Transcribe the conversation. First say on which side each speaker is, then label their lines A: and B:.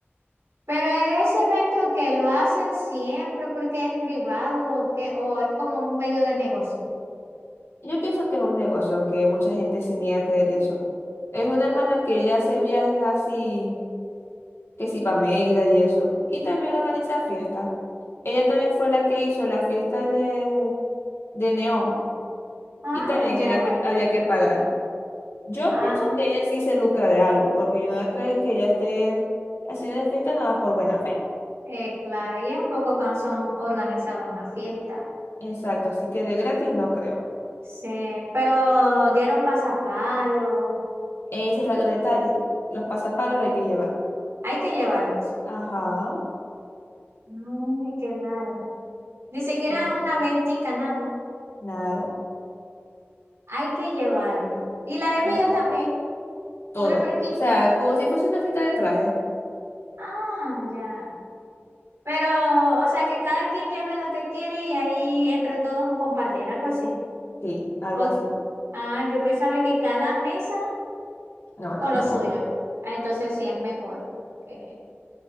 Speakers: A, on the right; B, on the left.
A: Pero ese evento que lo hacen siempre porque es privado o, que, o es como un medio de negocio.
B: Yo pienso que es un negocio, aunque mucha gente se niega a creer eso. Es una hermana que ya hace viajes así, que sí, para Mérida y eso. Y también
A: Ok.
B: organiza fiestas. Ella también fue la que hizo la fiesta de, de Neón.
A: Ah,
B: Y también
A: ya.
B: era que había que pagar. Yo
A: Ah,
B: pienso que ella sí se lucra de algo, porque yo no voy a creer que ella esté haciendo la fiesta nada más por buena fe.
A: eh, claro. Y es un poco cansón organizar una fiesta.
B: Exacto, así que de gratis no creo.
A: Sí, pero dieron pasapalo.
B: Ese es el otro detalle. Los pasapalos lo hay que llevar.
A: Hay que llevarlos.
B: Ajá.
A: Ay, qué raro. Ni siquiera
B: Sí.
A: una ventica, nada.
B: Nada.
A: Hay que llevarlo. Y la bebida
B: Hay
A: también,
B: todo.
A: un refresquito.
B: O sea, como si fuese una fiesta de traje.
A: Ah, ya. Pero, o sea, que cada quien lleve lo que quiere y ahí entre todos un compartir, algo así.
B: Sí, algo
A: O-
B: así.
A: ah, yo pensaba que cada mesa
B: No,
A: con
B: no,
A: lo
B: no.
A: suyo. Ah, entonces sí es mejor. Ok.